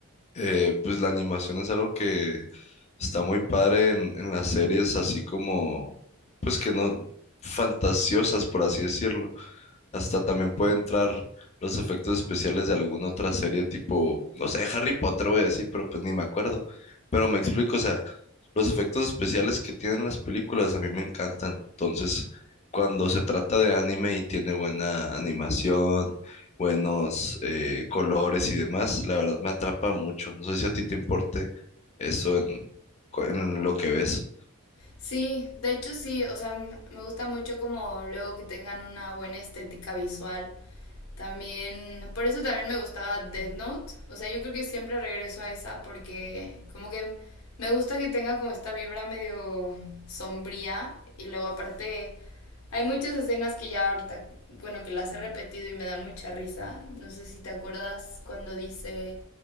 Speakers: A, on the left (about 30°); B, on the left (about 75°).
A: eh, pues la animación es algo que está muy padre en, en las series, así como, pues que no, fantasiosas, por así decirlo. Hasta también puede entrar los efectos especiales de alguna otra serie tipo, no sé, Harry Potter voy a decir, pero pues ni me acuerdo. Pero me explico, o sea, los efectos especiales que tienen las películas a mí me encantan. Entonces, cuando se trata de anime y tiene buena animación, buenos eh, colores y demás, la verdad me atrapa mucho. No sé si a ti te importe eso en, co- en lo que ves.
B: Sí, de hecho sí, o sea, m- me gusta mucho como luego que tengan una buena estética visual. También, por eso también me gustaba Death Note. O sea, yo creo que siempre regreso a esa porque como que me gusta que tenga como esta vibra medio sombría y luego aparte Hay muchas escenas que ya ahorita, bueno, que las he repetido y me dan mucha risa. No sé si te acuerdas cuando dice